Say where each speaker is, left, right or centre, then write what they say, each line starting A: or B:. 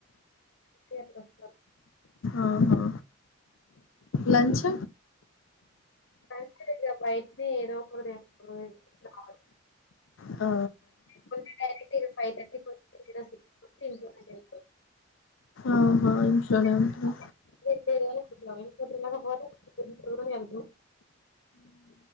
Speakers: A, on the left; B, on the left.
A: ఏంటి వస్తున్నారు.
B: ఆహా లంచ్.
A: అందుకే కదా బయటనే ఏదో ఒకటి తెచ్చుకుంటాడు.
B: ఆ.
A: ఏముంది డైరెక్ట్ ఇగ ఫైవ్ తర్టీ పోతే లేదా సిక్స్ తర్టీ ఇంట్లోనే అయిపోయింది ఇగా ఇప్పుడు.
B: ఆహా. ఇంట్లోనే
A: క
B: ఉంటరా
A: పో <inaudible>